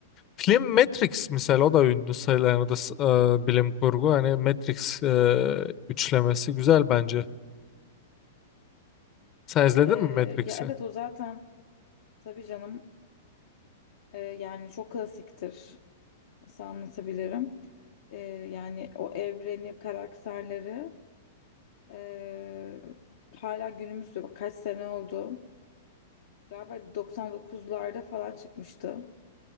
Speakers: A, on the left; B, on the left.
A: Film Matrix misal o da ünlü sayılan o da s- e, bilim kurgu. Hani Matrix e, üçlemesi güzel bence. Sen izledin
B: E,
A: mi Matrix'i?
B: ya evet o zaten tabii canım e, yani çok klasiktir. Nasıl anlatabilirim? E, yani o evreni, karakterleri. Ee, hala günümüzde bak kaç sene oldu. Galiba 99'larda falan çıkmıştı.